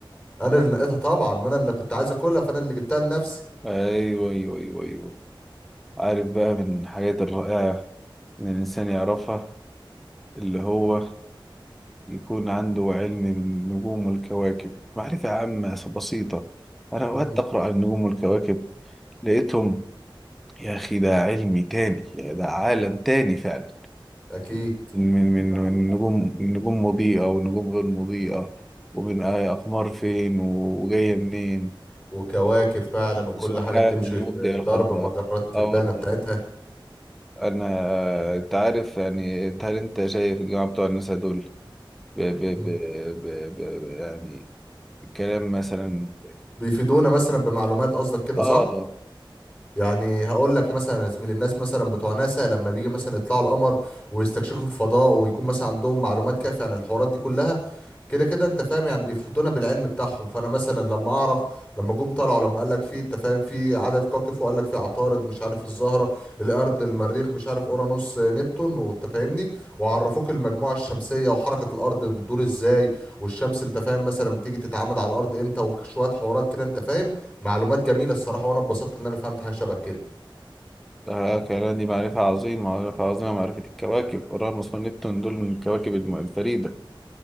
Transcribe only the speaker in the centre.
ايوه ايوه ايوه ايوه عارف بقى من الحاجات الرائعة إن الإنسان يعرفها اللي هو يكون عنده علم بالنجوم والكواكب معرفة عامة بسيطة أنا أوقات
أقرأ عن النجوم والكواكب لقيتهم يا أخي ده علمي تاني يا ده عالم تاني فعلا
من من من نجوم النجوم مضيئة ونجوم غير مضيئة ومن آه، أقمار فين وجاية منين
سبحان
المبدع
الخلاق
آه والله
انا انت عارف يعني انت هل انت شايف الجماعه بتوع الناس دول ب... ب... ب...
ب... ب... يعني كلام مثلا
اه
آه، كلام دي معرفة عظيمة معرفة عظيمة معرفة الكواكب أورانوس ونبتون دول من الكواكب الم- الفريدة